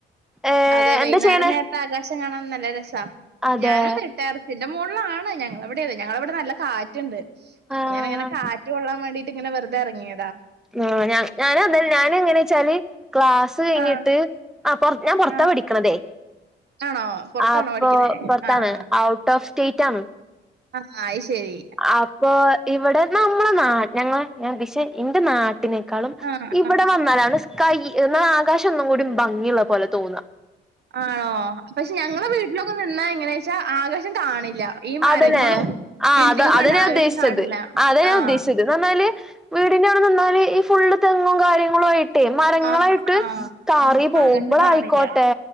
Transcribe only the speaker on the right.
അതെ വെയ്ന്നേരം
നേരത്തെ ആകാശം കാണാൻ നല്ല രസാ,
ഞാനും <unintelligible> ടെറസിന്റെ മോളിലാണ് ഞങ്ങളവിടെത് ഞങ്ങളവിടെ നല്ല കാറ്റ്ണ്ട്.
അപ്പൊ ഇങ്ങനെ ഇങ്ങനെ കാറ്റ് കൊള്ളാൻ വേണ്ടിയിട്ട് ങ്ങനെ വെറുതെ എറങ്ങിയതാ.
ആഹ്
ആഹ്
ആണോ പുറത്താണോ
പഠിക്കണേ
ആഹ്
ആഹ് അയി ശരി
ആഹ്
ആ
ആണോ. പക്ഷെ ഞങ്ങളെ വീട്ടിലൊക്കെ നിന്നാ എങ്ങനെയാച്ചാ ആകാശം കാണില്ല. ഈ മരങ്ങളും
ബിൽഡിംഗും
കണ്ടാ
ആകാശം
കാണില്ല.
ആഹ്.
ആഹ് ആഹ്.
ആകാശം കാണില്ല.